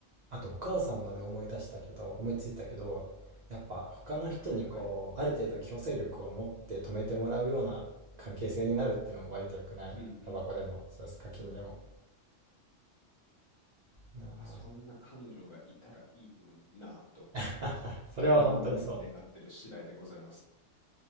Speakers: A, on the right; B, on the left.
A: あと、お母さんので思い出したけど、思いついたけど、やっぱ他の人にこう、
B: はいはい。
A: ある程度強制力を持って止めてもらうような関係性になるっていうのも割と良くないタバコでも、
B: うんうんうん。
A: そうです、課金でも。なあ
B: まあ、そんな彼女がいたらいいのになぁと
A: <laughs> それは本当にそう。
B: ドラゴンボールに願ってる次第でございます。